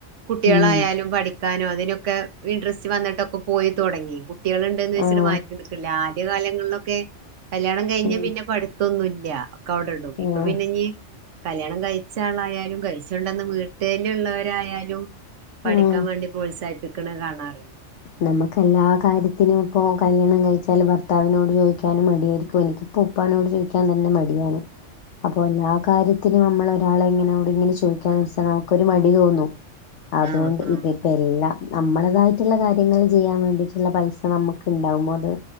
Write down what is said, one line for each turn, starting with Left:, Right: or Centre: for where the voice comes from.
Right: കുട്ടികളായാലും
Left: ഉം
Right: പഠിക്ക ക്കാനും അതിനൊക്കെ ഇൻട്രസ്റ്റ് വന്നിട്ടൊക്കെ പോയി തുടങ്ങി കുട്ടികള ഉണ്ട്ന്ന് വെച്ചിട്ട്
Left: ആഹ്
Right: മാറ്റി നിൽക്കില്ല പഴയ കാലങ്ങളിലൊക്കെ കല്യാണം കഴിഞ്ഞ
Left: ഉം
Right: പിന്നെ പഠിത്തൊന്നുംമില്ല ഒക്കെ അവിടെ ഇപ്പൊ
Left: ആഹ്
Right: പിന്നെ ഈ കല്യാണം കഴിച്ച ച്ച ആളായാലും കഴിച്ചോണ്ടന്ന് വീട്ട തന്നെ ഉള്ളവരായാലും പഠിക്കാൻ
Left: ആഹ്
Right: വേണ്ടി പ്രോത്സാഹിപ്പിക്കണ കാണാറ്
Left: നമുക്ക് എല്ലാ കാര്യത്തിനും ഇപ്പോൾ കല്യാണം കഴിച്ചാൽ ഭർത്താവിനോട് ചോദിക്കാനും മടിയായിരിക്കും എനിക്ക് ഇപ്പോ ഉപ്പാനോട് ചോദിക്കാൻ തന്നെ മടിയാണ് അപ്പൊ എല്ലാ കാര്യത്തിനും നമ്മള ഒരാളെ ഇങ്ങനൊട് ഇങ്ങനെ ചോദിക്കാന്ന് വെച്ചാൽ നമുക്ക ഒരു മടി തോന്നുന്നു അതുകൊണ്ട്
Right: ആഹ് ആഹ്
Left: ഇതിപ്പോ എല്ലാം നമ്മളേതായിട്ടുള്ള കാര്യ കര്യയങ്ങൾ ചെയ്യാൻ വേണ്ടിയിട്ടുള്ള പൈസ നമുക്ക് ഉണ്ടാാവുമ്പോൾ അത്